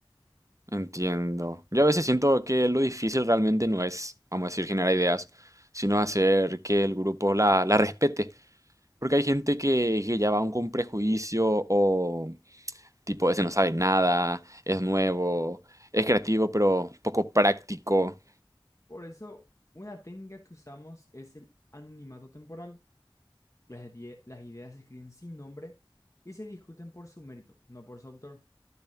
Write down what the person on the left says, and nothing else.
Por eso, una técnica que usamos es el anonimato temporal Las, idea- las ideas se escriben sin nombre y se discuten por su mérito, no por su autor.